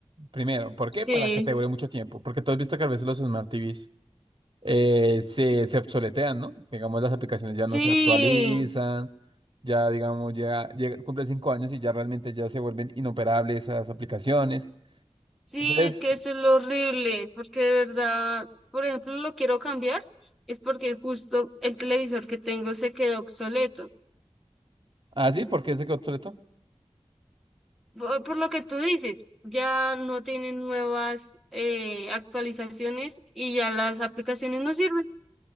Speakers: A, on the right; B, in the centre.
A: Primero, ¿por qué?
B: Sí,
A: Para que te dure mucho tiempo. Porque tú has visto que a veces los Smart TVs eh, se, se obsoletean, ¿no? Digamos, las aplicaciones ya
B: sí.
A: no se actualizan, ya, digamos, ya, llega- cumple cinco años y ya realmente ya se vuelven inoperables esas aplicaciones.
B: Sí,
A: Entonces,
B: es que eso es lo horrible, porque de verdad, por ejemplo, lo quiero cambiar, es porque justo el televisor que tengo se quedó obsoleto.
A: así, porque se quedó obsoleto.
B: Por, por lo que tú dices, ya no tienen nuevas eh, actualizaciones y ya las aplicaciones no sirven.